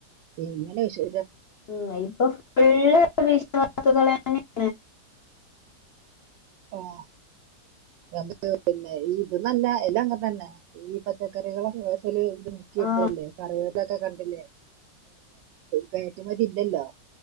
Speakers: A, on the right (about 80°); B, on the left (about 60°).
A: എങ്ങനെ വിശ്വ
B: ഉം ഇപ്പൊ ഫുള്ള് വിഷവസ്തുക്കളെന്നെ
A: ഓഹ് അത് പിന്നെ ഈ ഇതെന്നല്ല എല്ലാം അങ്ങൻതെന്നേ ഈ പച്ചക്കറികള് <inaudible> നോക്കിട്ടൂല്ലേ
B: ആഹ്
A: സർവേലൊക്കെ കണ്ടില്ലേ കയറ്റുമതില്ലല്ലോ.